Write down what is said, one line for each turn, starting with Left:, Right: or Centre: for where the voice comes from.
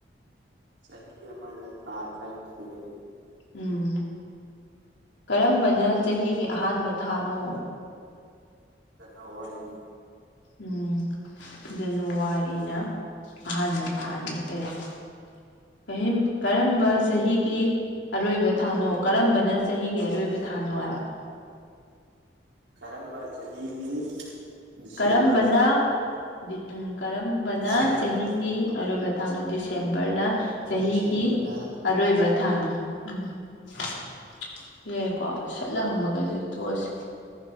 Right: ꯆꯍꯤ ꯑꯃꯗ ꯊꯥꯏ ꯇꯔꯥꯅꯤꯊ‌ꯣꯏ ꯂꯩ ꯫
Left: ꯎꯝ ꯀꯔꯝꯕꯅ ꯆꯍꯤꯒꯤ ꯑꯍꯥꯟꯕ ꯊꯥꯅꯣ?
Right: ꯖ‌ꯦꯅꯋꯥꯔꯤ
Left: ꯎꯝ ꯖꯅꯨꯋꯥꯔꯤꯅ ꯑꯍꯥꯟꯕ ꯊꯥꯅꯤ ꯑꯦ ꯫ ꯆꯍꯤꯝ ꯀꯔꯝꯕ ꯆꯍꯤꯒꯤ ꯑꯔꯣꯏꯕ ꯊꯥꯅꯣ ꯀꯔꯝꯕꯅ ꯆꯍꯤꯒꯤ ꯑꯔꯣꯏꯕ ꯊꯥꯅꯣ ꯍꯥꯏꯕ ꯫
Right: ꯀꯔꯝꯕ ꯆꯍꯤꯒꯤ ꯗꯤꯁꯦꯝꯕꯔ
Left: ꯀꯔꯝꯕꯅ ꯎꯝ ꯀꯔꯝ ꯕꯅ
Right: ꯗꯤꯁꯦꯝꯕꯔ
Left: ꯆꯍꯤꯒꯤ ꯑꯔꯣꯏꯕ ꯊꯥꯅ‌ꯣ ꯗꯤꯁꯦꯝꯕꯔꯅ ꯆꯍꯤꯒꯤ
Right: ꯗꯤꯁꯦꯝꯕꯔꯅ
Left: ꯑꯔꯣꯏꯕ ꯊꯥꯅꯤ ꯎꯝ ꯁꯤꯂꯩꯔ‌ꯦꯀꯣ ꯁꯠꯂ ꯍꯪꯕꯒꯁꯨ ꯇ‌ꯣꯛꯑꯁ‌ꯦ